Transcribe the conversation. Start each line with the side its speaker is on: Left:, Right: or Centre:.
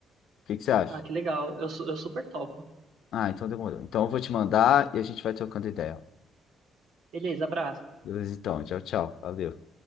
Left: que que você acha?
Right: Ah, que legal. Eu, su- eu super topo.
Left: Ah, então demorou. Então eu vou te mandar e a gente vai trocando ideia.
Right: Beleza, abraço.
Left: Beleza, então. Tchau, tchau. Valeu.